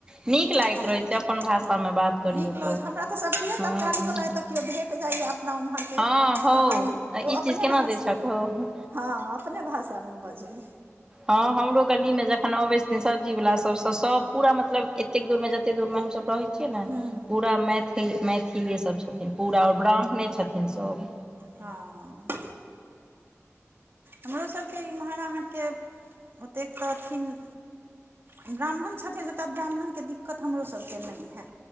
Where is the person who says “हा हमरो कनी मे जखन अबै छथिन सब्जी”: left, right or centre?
Right